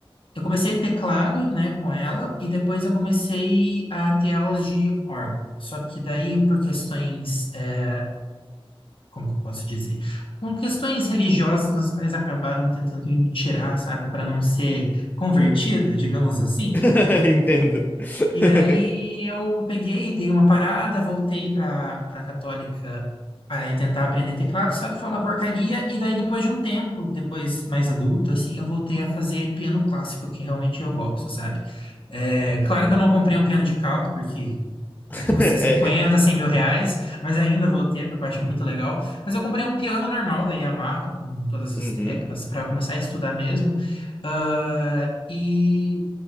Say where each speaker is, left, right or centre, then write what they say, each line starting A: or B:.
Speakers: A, on the left; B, on the left.
A: eu comecei teclado, né, com ela, e depois eu comecei a ter aulas de órgão. Só que daí, por questões, eh, como que eu posso dizer? Com questões religiosas, meus pais acabaram tentando que me tirar, sabe, para não ser convertido, digamos assim.
B: <laughs> Entendo. <laughs>
A: E aí eu peguei, dei uma parada, voltei para para Católica para tentar aprender teclado, só que foi uma porcaria. E daí depois de um tempo, depois mais adulto, assim, eu voltei a fazer piano clássico, que realmente eu gosto, sabe? É,
B: Muito
A: claro
B: legal.
A: que eu não comprei um piano de cauda, porque
B: <laughs>
A: é, custa
B: É.
A: 50, 100 mil reais, mas ainda vou ter, porque eu acho muito legal. Mas eu comprei um piano normal da Yamaha, com todas as
B: Uhum.
A: teclas, para começar a estudar mesmo. Ah, e